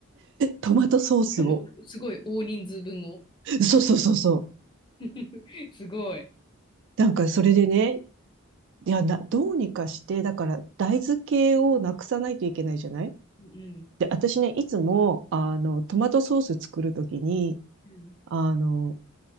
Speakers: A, on the right; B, on the left.
A: トマトソースを、
B: しかも、すごい大人数分を。
A: そうそうそうそう。
B: <laughs> すごい。
A: なんかそれでね、いや、な、どうにかして、だから大豆系をなくさないといけないじゃない
B: うんうん。
A: で、私ね、いつも、あの、トマトソース作るときに、
B: うん。
A: あの、